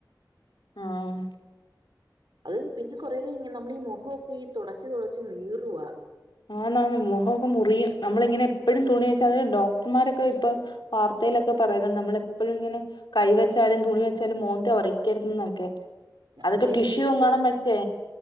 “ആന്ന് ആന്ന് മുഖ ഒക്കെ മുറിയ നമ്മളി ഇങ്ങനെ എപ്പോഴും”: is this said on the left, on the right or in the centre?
Left